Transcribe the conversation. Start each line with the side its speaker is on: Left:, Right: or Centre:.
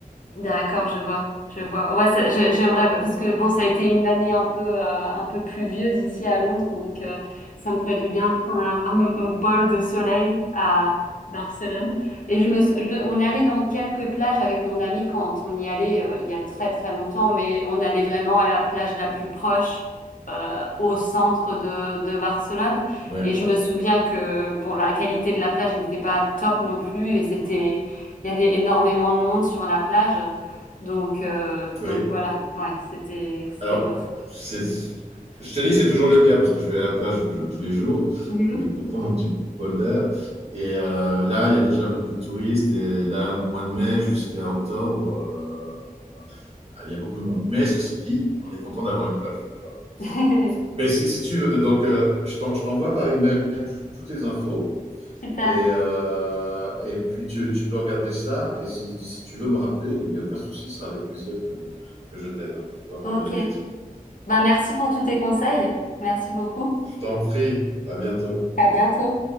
Left: D'accord, je vois, je vois. Ouais, ça- j'ai- j'aimerais parce que bon, ça a été une année un peu euh, un peu pluvieuse ici à Londres, donc euh, ça me ferait du bien de prendre un, un- un bol de soleil à Barcelone. Et je me, sou- je- on allait dans quelques plages avec mon ami quand on y allait euh, il y a très très longtemps, mais on allait vraiment à la plage la plus proche. euh, au centre de, de Barcelone
Right: Ouais.
Left: et je me souviens que bon la qualité de la plage n'était pas top non plus et c'était il y avait énormément de monde sur la plage. Donc, euh,
Right: Oui.
Left: donc voilà, ouais, c'était, c'était
Right: Alors,
Left: bof.
Right: c'est- je te dis que c'est toujours le cas parce que je vais à la plage euh, tous les jours
Left: Mhm.
Right: je- pour prendre mon petit bol d'air. Et euh, là, il y a déjà beaucoup de touristes. Et là, au mois de mai jusqu'à octobre, euh, il y a beaucoup de monde. Mais ceci dit, on est content d'avoir une plage, tu vois.
Left: <laughs>
Right: Ben, si, si tu veux, donc, euh, je t'en- je t'envoie par email tout- toutes les infos.
Left: Super.
Right: Et, euh, et puis, tu, tu peux regarder ça. Et si, si tu veux me rappeler, ben, il n'y a aucun souci, ce sera avec plaisir que, que je t'aide, hein, tu vois,
Left: Ok.
Right: pour donner des tips.
Left: Bah, merci pour tous tes conseils. Merci beaucoup.
Right: Je t'en prie. À bientôt.
Left: À bientôt.